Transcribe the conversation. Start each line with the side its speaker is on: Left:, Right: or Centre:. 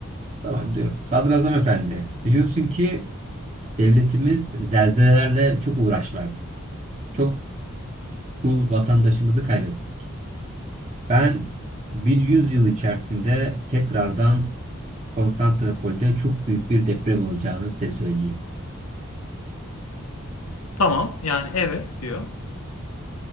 Right: tamam diyorum. Sadrazam efendi biliyorsun ki devletimiz zelzelelerle çok uğraşlardı. Çok kul vatandaşımızı kaybetti. Ben bir yüzyıl içerisinde tekrardan Konstantinopol'de çok büyük bir deprem olacağını size söyleyeyim.
Left: Tamam yani evet diyor.